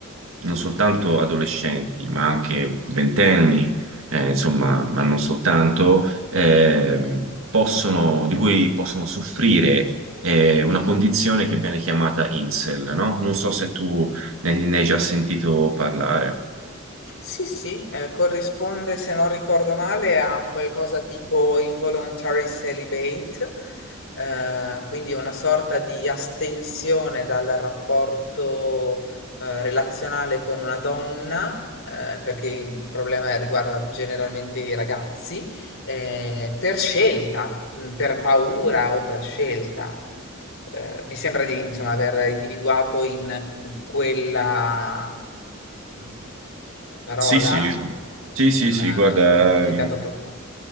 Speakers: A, on the right; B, on the left.
A: non soltanto adolescenti, ma anche ventenni, eh, insomma, ma non soltanto, ehm, possono, di cui possono soffrire eh, una condizione che viene chiamata incel, no? Non so se tu ne, ne hai già sentito parlare.
B: Sì, sì, eh, corrisponde, se non ricordo male, a un qualcosa tipo involuntary celibate, eh, quindi una sorta di astensione dal rapporto, eh, relazionale con una donna, eh, perché il problema riguarda generalmente i ragazzi, eh, per scelta, mh, per paura o per scelta eh, mi sembra di, insomma, aver individuato in quella mh, parola
A: Sì, sì, sì,
B: una-
A: sì, sì, guarda,
B: un significato profondo.